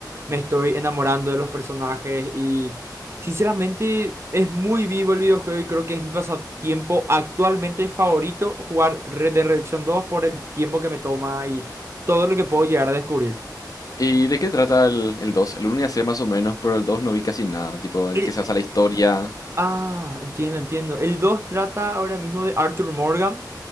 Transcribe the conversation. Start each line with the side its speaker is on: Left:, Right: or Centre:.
Right: me estoy enamorando de los personajes y sinceramente es muy vivo el videojuego y creo que es mi pasatiempo actualmente favorito jugar Red Dead Redemption dos por el tiempo que me toma y todo lo que puedo llegar a descubrir.
Left: ¿Y de qué trata el, el 2? El uno ya sé más o menos, pero el 2 no vi casi nada. Tipo, ¿de
Right: El-
Left: qué se
Right: eh,
Left: basa la historia?
Right: ah, entiendo, entiendo. El 2 trata ahora mismo de Arthur Morgan,